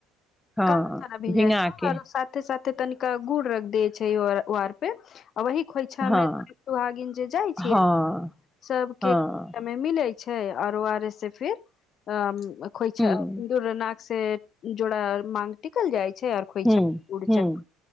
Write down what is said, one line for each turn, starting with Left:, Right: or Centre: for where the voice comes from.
Centre: हँ
Left: काले चना भिजइ
Centre: भिंगा
Left: छै
Centre: के
Left: आओरो साथे साथे त तनिका गुड़ रख द छै वार पे आ वह खोइछां
Centre: हँ
Left: दुहागिन जे जाय
Centre: हँ
Left: छे सब
Centre: हँ
Left: के खोइछा में मिले छै छै आरो आर से फिर अ खोइछा
Centre: हूँ
Left: दूर नाक से जोड़ा माग टिकल जाइ छै आर खोइछा
Centre: हूँ
Left: गुड़ चक
Centre: हूँ